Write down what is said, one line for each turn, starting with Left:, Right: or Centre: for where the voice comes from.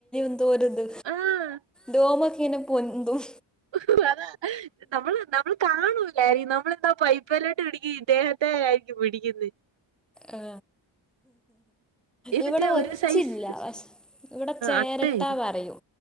Centre: ന്തൊരുത്
Right: ആഹ്
Centre: രോമക്കെ ഇങ്ങനെ പൊന്തും
Right: <unintelligible> നമ്മൾ നമ്മൾ കാണു നമ്മളെന്താ പൈപ്പല്ലോട്ട് പിടിക്ക ഇദ്ദേഹത്തെ ആയിരിക്കും പിടിക്കിന്ന്
Centre: ആ
Right: ഈ
Centre: ഇവിടെ
Right: മറ്റേ
Centre: ഒച്ചില്ല
Right: ഒരു സൈസ്
Centre: പക്ഷേ ഇവിടെ ചേരട്ടാ
Right: അട്ടയില്ലേ
Centre: പറയൂ